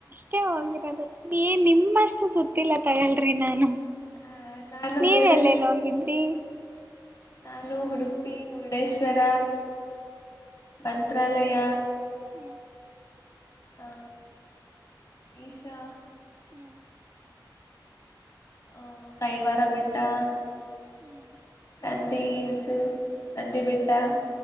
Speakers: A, on the right (about 25°); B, on the left (about 50°).
A: ಟೆ ಹೋಗಿರೋದು ನೀ ನಿಮ್ಮಷ್ಟು ಸುತ್ತಿಲ್ಲ ತಗಳ್ರಿ ನಾನು.
B: ಆ ನಾನು
A: ನೀವ
B: ಬೇರೆ
A: ಎಲ್ಲಲ್ ಹೋಗಿದ್ರಿ.
B: ನಾನು ಉಡುಪಿ, ಮುರುಡೇಶ್ವರ, ಮಂತ್ರಾಲಯ.
A: ಹ್ಮ್.
B: ಆ ಈಶಾ
A: ಹ್ಮ್
B: ಅ ಕೈವಾರ ಬೆಟ್ಟಾ.
A: ಹ್ಮ್.
B: ನಂದಿ ಹಿಲ್ಸ್ ನಂದಿ ಬೆಟ್ಟ.